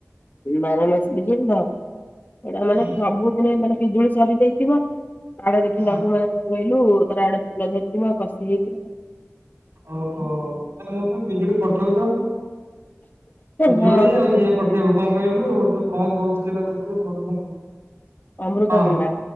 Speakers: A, on the left; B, on the right.
A: ବାରମାସୀ ପିଜୁଳି ତ ସେଇଟା
B: ହୁଁ।
A: ମାନେ ସବୁଦିନେ ତାର ପିଜୁଳି ସରିଯାଇଥିବ। ଇଆଡେ ଦେଖିଲା
B: ହଁ
A: ବେକୁ ଇଆଡେ କଣ କହିଲୁ ତାର ଆଡ଼େ ପୂଜା ସରିଥିବ ବାସୀ ହେଇଥିବ।
B: ଓହୋ ଦୋକାନକୁ କେବେଠୁ ପଠଉଛ? ପିଜୁଳି
A: ହଁ
B: ଆଉ
A: ହଁ
B: ଇଏ ପଠେଇବ। କଣ କହିଲୁ ଯୋଉ କଣ କହୁଥିଲି ବାଦକୁ ମୋର ମନେ ନାହିଁ।
A: ଅମୃତଭଣ୍ଡା